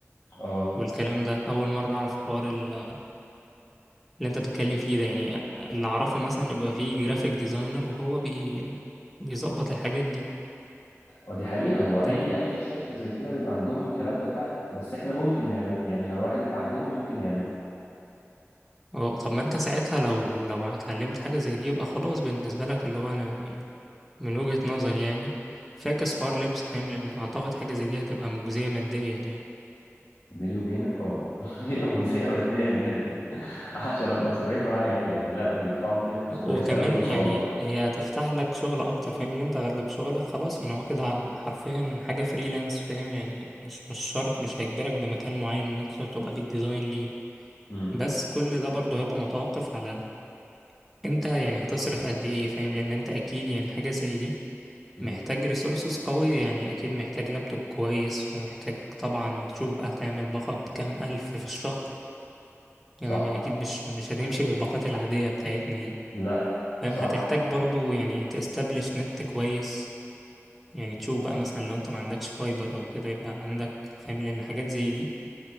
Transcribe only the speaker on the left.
اه
اه دي حقيقه هو اي
اي شركه زي كده بيبقى عندهم الكلام ده فعلا بس احنا ممكن نعمل يعني لو واحد اتعلمه ممكن يعمله
بيني وبينك اه <laughs> هي مجزيه ماديا جدا <laughs> عشان ابقى صريح
معاك يعني لا بيدفعوا فيها
فلوس
كويسه قوي ما شاء
الله
امم
امم
صح
لا
صح